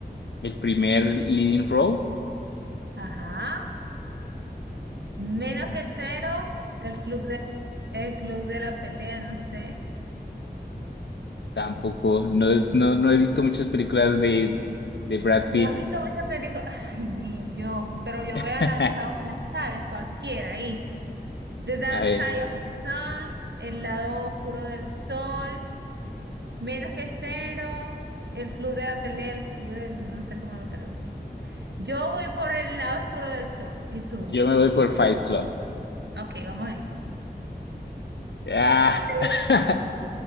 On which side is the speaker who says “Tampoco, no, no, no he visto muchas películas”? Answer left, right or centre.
Left